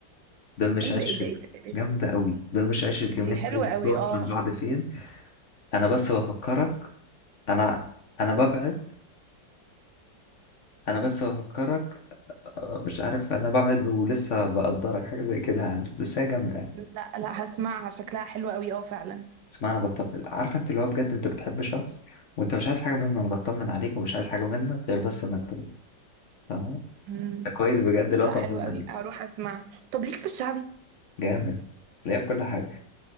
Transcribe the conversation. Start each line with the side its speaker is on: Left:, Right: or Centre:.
Left: دول مش
Right: ايه ده
Left: عشرة
Right: ايه ده ايه ده إيه
Left: جامدة
Right: ده؟
Left: قوي دول مش عشرة
Right: دي
Left: يومين
Right: حلوة
Left: طيب
Right: قوي
Left: تروح
Right: اه
Left: من بعض فين انا بس بفكرك انا انا ببعد انا بس بفكرك مش عارف انا ببعد ولسه بقدرك حاجة زي كده يعني بس هي جامدة يعني
Right: لا لا هسمعها شكلها حلو قوي اه فعلا
Left: اسمع انا بطمن عارفه انت اللي هو بجد انت بتحب شخص وانت مش عايز حاجه منه انا بطمن عليك ومش عايز حاجه منك غير بس انك تروح فاهم
Right: مم.
Left: ده كويس بجد لا
Right: لا
Left: طمن
Right: حلو قوي
Left: عليك
Right: هروح اسمعها طب ليك في الشعبي
Left: جامد ليا في كل حاجه